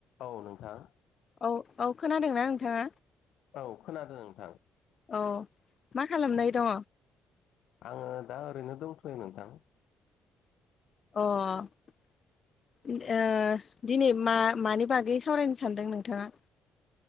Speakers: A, on the left; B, on the left.
A: औ नोंथां।
B: औ औ खोनादोंना नोंथाङा?
A: औ खोनादों नोंथां।
B: औ मा खालामना
A: औ
B: दङ?
A: आङो दा ओरैनो दंथ'यो नोंथां।
B: अ। ओ दिनै मा मानि बागै सावरायनो सानदों नोंथाङा?